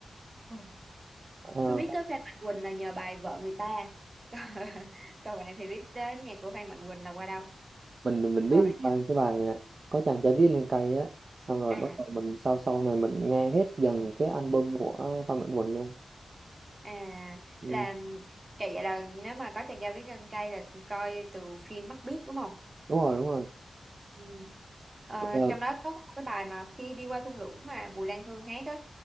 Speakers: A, on the right; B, on the right.
A: ờ, ừ,
B: Ờ.
A: tôi biết tới Phan Mạnh Quỳnh là nhờ bài Vợ Người Ta <laughs> Còn bạn thì biết đến nhạc của Phan Mạnh Quỳnh là qua đâu?
B: mình mình mình
A: Qua
B: biết
A: bạn.
B: bài cái bài à, có chàng trai viết lên cây á xong rồi
A: À,
B: bắt đầu mình sau sau này mình nghe hết dần cái album của Phan Mạnh Quỳnh luôn
A: à
B: ừ.
A: là cái vậy là nếu mà có chàng trai biết gân cay là coi từ phim Mắt Biếc đúng không?
B: đúng rồi đúng rồi
A: Ừ. Ờ,
B: Ờ,
A: trong đó có cái bài mà khi đi qua thung lũng mà Bùi Lan Hương hát á